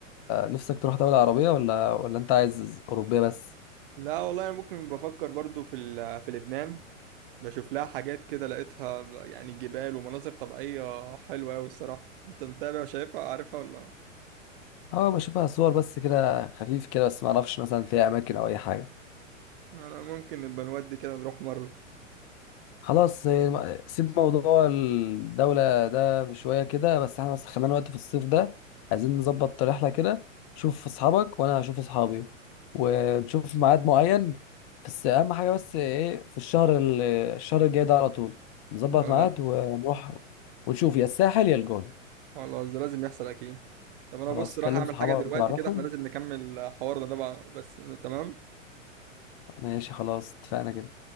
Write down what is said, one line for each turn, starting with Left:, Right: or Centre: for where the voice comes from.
Left: نفسك تروح دوله عربيه ولا ولا انت عايز اوروبيه بس
Right: لا والله انا ممكن بفكر برضو في ال... في لبنان بشوف لها حاجات كده لقيتها ب- يعني جبال ومناظر طبيعية حلوة أوي الصراحة أنت متابع شايفها عارفها ولا
Left: اه بشوفها صور بس كده خفيف كده بس ما اعرفش مثلا فيها اماكن او اي حاجه
Right: أنا ممكن نبقى نودي كده نروح مرة
Left: خلاص إيه، سيب موضوع الدولة ده شوية كده بس احنا بس خلينا وقت في الصيف ده عايزين نظبط رحلة كده شوف أصحابك وأنا هشوف أصحابي ونشوف ميعاد معين بس أهم حاجة بس إيه في الشهر ال- الشهر الجاي ده على طول نظبط
Right: أو
Left: ميعاد
Right: ده
Left: ونروح ونشوف يا الساحل يا الجونة
Right: خلاص ده لازم يحصل أكيد طب أنا
Left: خلاص
Right: بص راح
Left: كلم
Right: أعمل
Left: صحابك
Right: حاجة دلوقتي
Left: وعرفهم
Right: كده إحنا لازم نكمل حوارنا ده بقى بس تمام
Left: ماشي خلاص اتفقنا كده